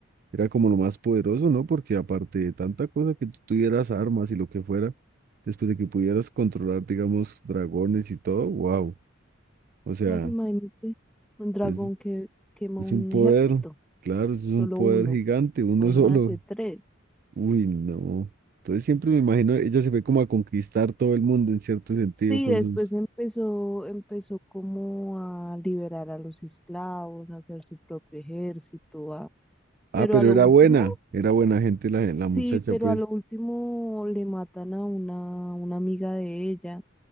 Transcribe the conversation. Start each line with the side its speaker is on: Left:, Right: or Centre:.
Right: Era como lo más poderoso, ¿no? Porque aparte de tanta cosa que tú tuvieras armas y lo que fuera, después de que pudieras controlar, digamos, dragones y todo, wow. O sea,
Centre: claro, imagínate un dragón
Right: es,
Centre: que quema
Right: es
Centre: un
Right: un poder,
Centre: ejército,
Right: claro, es un
Centre: solo
Right: poder
Centre: uno,
Right: gigante, uno
Centre: imagínate
Right: <laughs> solo.
Centre: tres.
Right: Uy, no. Entonces siempre me imagino, ella se fue como a conquistar todo el mundo en cierto sentido
Centre: Sí,
Right: con
Centre: después
Right: sus...
Centre: empezó, empezó como a liberar a los esclavos, a hacer su propio ejército, a...
Right: Ah,
Centre: pero
Right: pero
Centre: a lo
Right: era
Centre: último,
Right: buena, era buena gente la,
Centre: sí,
Right: la muchacha,
Centre: pero
Right: pues.
Centre: a lo último le matan a una, una amiga de ella